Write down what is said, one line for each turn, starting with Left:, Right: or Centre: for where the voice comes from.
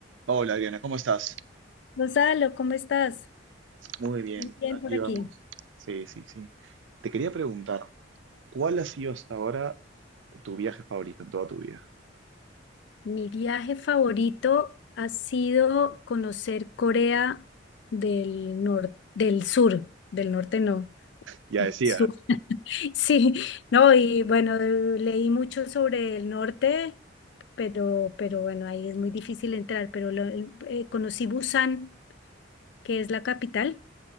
Right: Hola Adriana, ¿cómo estás?
Left: Gonzalo, ¿cómo estás?
Right: Muy bien,
Left: Muy bien
Right: aquí
Left: por aquí.
Right: vamos. Sí, sí, sí. Te quería preguntar, ¿cuál ha sido hasta ahora tu viaje favorito en toda tu vida?
Left: Mi viaje favorito ha sido conocer Corea del norte, del sur, del norte no,
Right: Ya
Left: del
Right: decía.
Left: sur. <laughs> Sí, no, y bueno, leí mucho sobre el norte, pero, pero bueno, ahí es muy difícil entrar, pero lo- eh, conocí Busan, que es la capital,